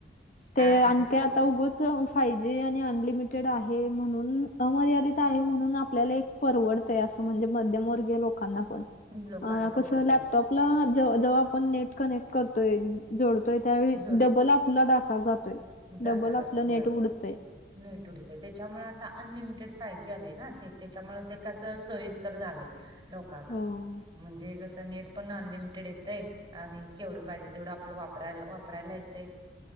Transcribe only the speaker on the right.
काय
म्हणतात
लोकांना परवडते
जोडते
डाटा
लागतोय
होय.
नेट उडते त्याच्यामुळे आता अनलिमिटेड फाय जे आलेय ना ते त्याच्यामुळे ते कस सोई <unintelligible> लोकांना
म्हणजे कसं नेट पण अनलिमिटेड येतय आणि केवढं पाहिजे तेवढं आपलं वापराय वापरायला येतंय